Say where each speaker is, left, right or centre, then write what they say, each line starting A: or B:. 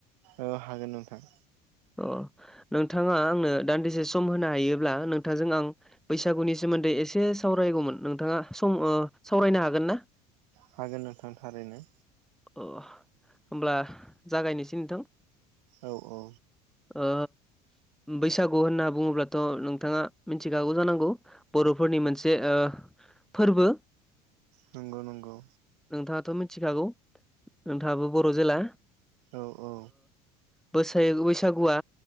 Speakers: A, on the right (about 70°); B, in the centre.
A: औ हागोन नोंथां।
B: अ। नोंथाङा आंनो दान्दिसे सम होनो हायोब्ला नोंथांजों आं बैसागुनि सोमोन्दै एसे सा सावरायगौमोन नोंथाङा सम ओ सावरायनो हागोन ना?
A: हागोन नोंथां थारैनो।
B: अ होमब्ला जागायनोसै नोंथां।
A: औ औ।
B: ओ बैसागु होनना बुङोब्लाथ' नोंथाङा मिथिखागौ जानांगौ बर'फोरनि मोनसे ओ फोरबो।
A: नंगौ नंगौ।
B: नोंथाङाथ' मिथिखागौ नोंथाङाबो बर' जेला।
A: औ औ।
B: बोसा- बैसागुआ